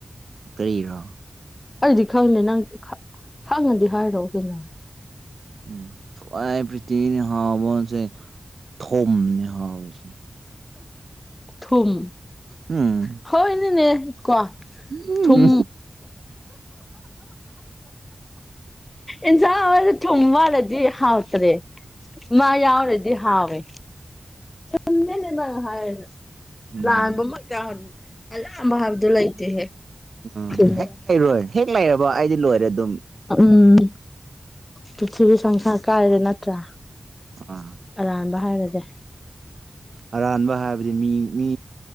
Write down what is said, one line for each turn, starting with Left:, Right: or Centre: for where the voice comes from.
Right: ꯀꯔꯤꯔꯥ
Left: ꯑꯩꯗꯤ ꯈꯪꯗꯦ ꯅꯪ ꯈꯪꯉꯥꯗꯤ ꯍꯥꯏꯔꯛꯑꯣ ꯀꯩꯅꯣ
Right: ꯎꯝ ꯈꯋ꯭ꯥꯏ ꯄꯔꯤꯊꯤꯕꯤꯗ ꯍꯥꯎꯕꯥꯁꯦ ꯊꯨꯝꯅꯦ ꯍꯥꯎꯔꯤꯁꯦ
Left: ꯊꯨꯝ
Right: ꯎꯝ
Left: ꯍꯣꯏꯅꯦ ꯀꯣ
Right: ꯎꯝ
Left: ꯊꯨꯝ ꯏꯟꯁꯥꯡ ꯍꯥꯎꯍꯜꯂꯤꯁꯦ ꯊꯨꯝ ꯋꯥꯠꯂꯗꯤ ꯍꯥꯎꯇ꯭ꯔꯦ ꯃꯥ ꯌꯥꯎꯔꯗꯤ ꯍꯥꯎꯋꯦ ꯆꯨꯝꯃꯦꯅꯦ ꯅꯪꯅ ꯍꯥꯏꯁꯦ
Right: ꯎꯝ
Left: ꯂꯥꯟꯕ ꯃꯛ ꯑꯔꯥꯟꯕ ꯍꯥꯏꯕꯗꯨ ꯂꯩꯇꯦꯍꯦ
Right: ꯎꯝ
Left: ꯆꯨꯝꯃꯤꯅꯦ
Right: ꯍꯦꯛ ꯂꯩꯔꯣꯏ ꯍꯦꯛ ꯂꯩꯔꯕ ꯑꯩꯗꯤ ꯂꯣꯏꯔꯦ ꯑꯗꯨꯝ
Left: ꯎꯝ ꯄ꯭ꯔꯤꯊꯤꯕꯤ ꯁꯪꯁꯥꯔ ꯀꯥꯏꯔꯦ ꯅꯠꯇ꯭ꯔꯥ
Right: ꯑꯥ
Left: ꯑꯔꯥꯟꯕ ꯍꯥꯏꯔꯒꯦ
Right: ꯑꯔꯥꯟꯕ ꯍꯥꯏꯕ ꯍꯥꯏꯕꯗꯤ ꯃꯤ